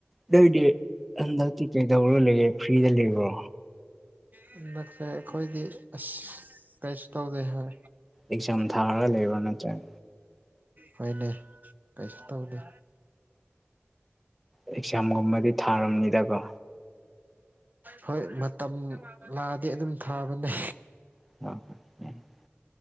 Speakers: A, in the centre; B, on the right (about 40°).
A: ꯑꯗꯨꯏꯗꯤ ꯍꯟꯗꯛꯇꯤ ꯀꯩꯗꯧꯔ ꯂꯩꯔꯦ ꯐ꯭ꯔꯤꯗ ꯂꯩꯕ꯭ꯔꯣ
B: ꯍꯟꯗꯛꯁꯦ ꯑꯩꯈꯣꯏꯗꯤ ꯑꯁ ꯀꯩꯁꯨ ꯇꯧꯗꯦ ꯍꯥꯏ
A: ꯑꯦꯁꯝ ꯊꯥ ꯂꯩꯕ ꯅꯠꯇꯥꯏ
B: ꯍꯣꯏꯅꯦ ꯀꯩꯁꯨ ꯇꯧꯅꯦ
A: ꯑꯦꯛꯖꯥꯝꯒꯨꯝꯕꯗꯤ ꯊꯥꯔꯕꯝꯅꯤꯗꯀꯣ
B: ꯍꯣꯏ ꯃꯇꯝ ꯂꯥꯛꯑꯗꯤ ꯑꯗꯨꯝ ꯊꯥꯕꯅꯦ
A: <unintelligible>